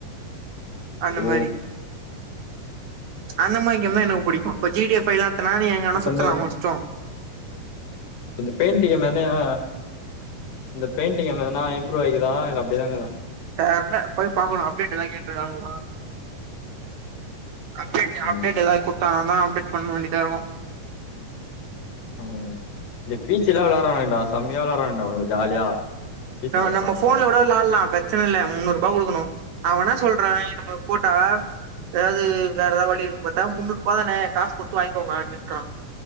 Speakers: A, on the right (about 70°); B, on the left (about 80°).
A: அந்த
B: ஓ
A: மாரி அந்த மாரி எனக்கு ரொ புடிக்கு இப்ப ஜி டி எஃப் பை லா எட்த்தனா நீ எங்க வேனா
B: இப்ப
A: சுத்தலா
B: இந்த
A: ஓ இஷ்டோ
B: இந்த பெயிண்டுங் கேமு என்னயா இந்த பெயின்டு கேமு எதனா இம்ரூவ் ஆயிக்கிதா இல்ல அப்டியேதா இக்குதா
A: தெர்ல போய் பாக்கணூ அப்டேட் எதா கேட்ருக்காங்களா அப்டேட்
B: ம்
A: அப்டேட் எதாவ்து குடுத்தாங்கனா அப்டேட் பண்ண வேண்டியதா இருக்கூ
B: ம் இந்த பீச்சுலா விளாட்றாய்ங்கடா செம்மையா விளாட்றாய்ங்கடா அவுனுங்க ஜாலியா பீச்சில
A: நா
B: விளாட்றானுங்கலா
A: நம்ம போன்ல கூட விளாட்லா பிரச்சன இல்ல முன்னூர் ருபா குடுக்கனூ அவென்னா சொல்றா இ நம்ம போட்டா ஏதாவது வேற எதா வழி இருக்குன் பாத்தா முன்னூர் ருபா தானே காசு குடுத்து வாங்கிக்கோங்க அப்டின்றா